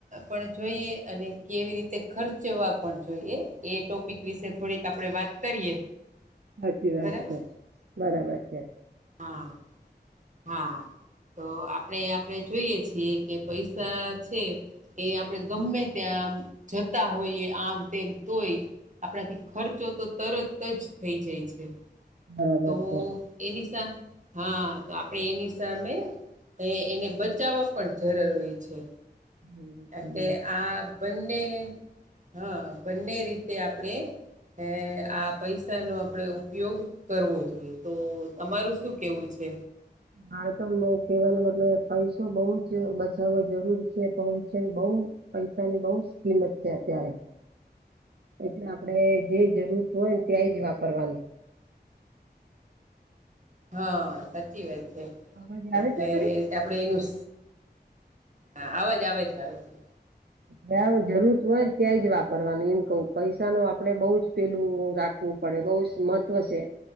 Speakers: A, on the right (about 45°); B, on the right (about 70°).
A: પણ જોઈએ અને કેવી રીતે ખર્ચવા પણ જોઈએ એ ટોપિક વિશે થોડીક આપડે વાત કરીએ
B: સાચી વાત
A: બરાબર
B: છે બરાબર છે.
A: હા હા તો આપણે આપણે જોઈએ છીએ કે પૈસા છે. એ આપણે ગમે ત્યાંમ જતા હોઈએ આમ તેમ તોય આપણાથી ખર્ચો તો તરત જ થઈ જાય છે.
B: બરાબર
A: તો
B: છે
A: એની સા હા તો આપડે એની સામે એ એને બચાવવા પણ જરૂરી છે.
B: બરાબર.
A: એટલે આ બંને હા બંને રીતે આપણે એ આ પૈસાનો આપણે ઉપયોગ કરવો જોઈએ. તો તમારું શું કેવું છે.
B: બાળક ન કહેવાનો મતલબ પૈસો બઉુ જ બચાવવાો જરૂર છે પ છે બઉુ પૈસા ની બહુ જ કિંમત છે અત્યારે એટલે આપડે જે જરૂર હો હોય ને ત્યાંય જ વાપરવાનું- -
A: હા સાચી વાત છે
B: અવાજ આવે
A: એટલે-
B: છે મારી?
A: - આપડે એનું હા અવાજ આવે છે આવે છે.
B: હા જરૂરત હોય ને? ત્યાં જ વાપરવાનું એમ કવું પૈસા ન આપડે બહુ જ પેલું રાખવું પડે બઉુ જ મહત્વ છે.